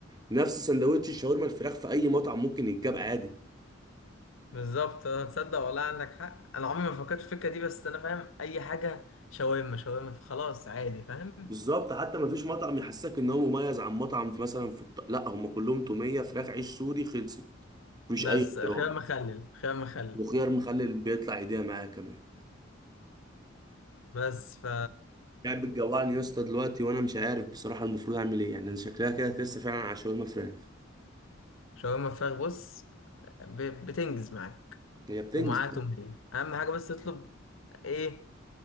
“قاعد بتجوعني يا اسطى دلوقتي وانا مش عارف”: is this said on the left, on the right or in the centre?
Right